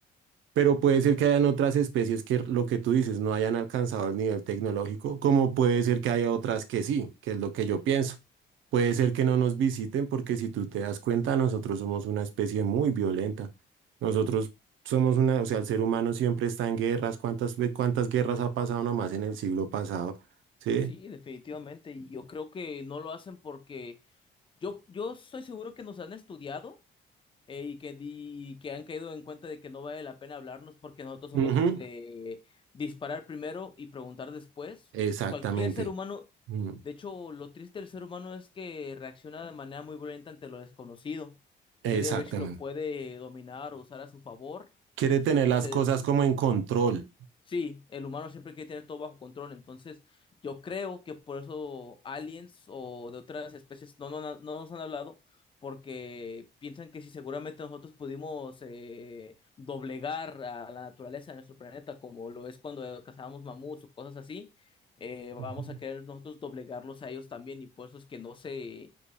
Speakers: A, on the right; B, on the left.
A: Pero puede ser que hayan otras especies que lo que tú dices no hayan alcanzado el nivel tecnológico, como puede ser que haya otras que sí, que es lo que yo pienso. Puede ser que no nos visiten porque si tú te das cuenta, nosotros somos una especie muy violenta. Nosotros somos una, o sea, el ser humano siempre está en guerras. ¿Cuántas, ve- cuántas guerras ha pasado nomás en el siglo pasado? ¿Sí?
B: sí, definitivamente. Y yo creo que no lo hacen porque yo, yo estoy seguro que nos han estudiado eh, y que, di- que han caído en cuenta de que no vale la pena hablarnos porque nosotros somos
A: Ujú,
B: de disparar primero y preguntar después.
A: Exactamente.
B: Cualquier ser humano,
A: Mm,
B: de hecho, lo triste del ser humano es que reacciona de manera muy violenta ante lo desconocido.
A: Exactamente.
B: Quiere ver si lo puede dominar o usar a su favor.
A: Quiere tener
B: Entonces...
A: las cosas como en control.
B: Sí, el humano siempre quiere tener todo bajo control, entonces yo creo que por eso aliens o de otras especies no, no, no no nos han hablado, porque piensan que si seguramente nosotros pudimos eh, doblegar a la naturaleza de nuestro planeta, como lo es cuando cazábamos mamuts o cosas así, eh, vamos
A: Ujú.
B: a querer nosotros doblegarlos a ellos también y por eso es que no se,